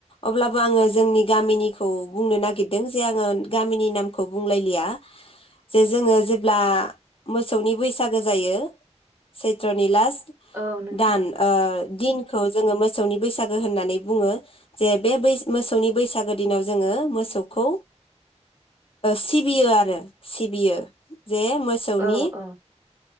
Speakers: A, on the left (about 50°); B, on the right (about 20°).
A: अब्लाबो आङो जोंनि गामिनिखौ बुंनो नागिरदों जे आङो गामिनि नामखौ बुंलायलिया। जे जोङो जेब्ला मोसौनि बैसागो जायो सैत्रनि लास
B: औ नोंथां
A: दान ओ दिनखौ जोङो मोसौनि बैसागो होननानै बुङो जे बे मोसौनि बैसागो दिनाव जोङो मोसौखौ सिबियो आरो सिबियो। जे मोसौनि
B: औ औ